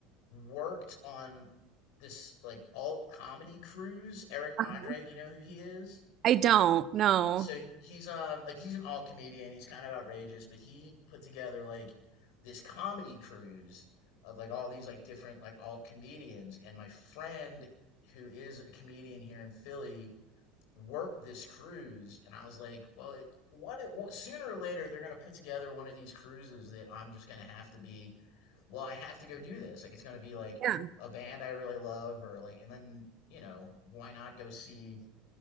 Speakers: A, on the left; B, on the right.
A: worked on this like alt comedy cruise. Eric
B: Uh-huh.
A: Andre, do you know who he is?
B: I don't know.
A: So he's um like he's an alt comedian. He's kind of outrageous, but he put together like this comedy cruise of like all these like different like alt comedians. And my friend who is a comedian here in Philly worked this cruise, and I was like, well, it, one, of- one sooner or later they're gonna put together one of these cruises that I'm just gonna have to be. Well, I have to go do this. Like it's gonna be like
B: Yeah.
A: a band I really love, or like, and then you know why not go see